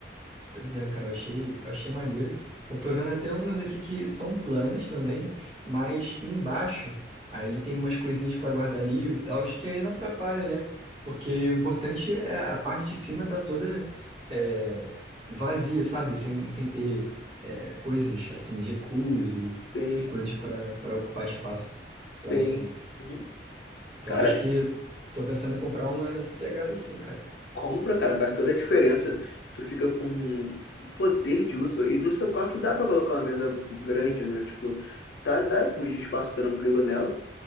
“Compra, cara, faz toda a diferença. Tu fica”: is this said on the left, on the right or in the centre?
Left